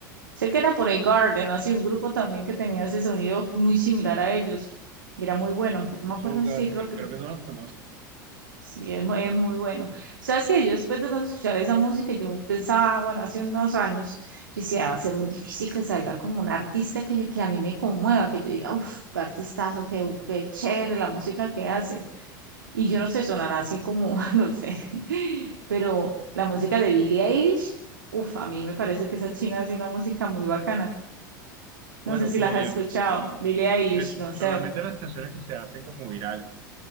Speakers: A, on the right; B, on the right.
A: Sé que era por el Garden, así un grupo también que tenía ese sonido muy similar a ellos. Y era muy bueno, pero no me
B: Soundgarden,
A: acuerdo, sí, creo
B: creo,
A: que
B: creo que no los conozco.
A: Sí, es, mu- es muy bueno. Sabes que yo después de tanto escuchar esa música, yo pensaba, bueno, hace unos años, yo decía, va a ser muy difícil que salga como un artista que, que a mí me conmueva, que yo diga, uff, qué artistazo, qué, qué chévere la música que hace. Y yo no sé, sonará así como, <laughs> no sé, pero la música de Billie Eilish, uff, a mí me parece que esa china hace una música muy bacana.
B: Bueno,
A: No sé si
B: bien,
A: las
B: bien,
A: has escuchado, Billie Eilish,
B: pues
A: no
B: solamente
A: sé,
B: las canciones que se hacen como virales.